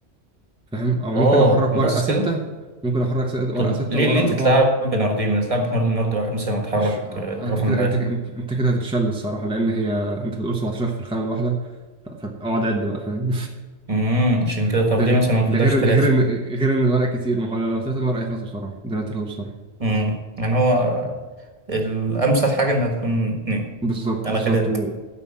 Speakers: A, in the centre; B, on the right (about 30°).
A: فاهم أو ممكن
B: اه
A: أحرك ورقة
B: بس
A: ستة
B: كده
A: ممكن أحرك س- ورقة
B: طب
A: ستة
B: ليه
A: وورقة
B: ليه
A: أربعة
B: تتلعب بناردين ما تتلعب بنارد نارد واحد مثلا يتحرك
A: عش...
B: آه، الرقم
A: أنت كده
B: اللي
A: أنت
B: هيطلع
A: أنت أنت كده هتتشل الصراحة لأن هي أنت بتقول 17 في الخانة الواحدة ف- فأقعد عد بقى فاهم
B: امم عشان
A: <laughs>
B: كده طب
A: ده
B: ليه
A: غير
B: مثلا ما
A: ده
B: تلاش
A: غير إن
B: ثلاثة
A: غير إن غير إن الورق كتير ما هو لو طلعت الورق يخلص بسرعة ده هيخلص بسرعة
B: امم يعني هو آه، الامثل حاجة انها تكون اتنين
A: بالظبط
B: على
A: بالظبط
B: كلامك
A: و...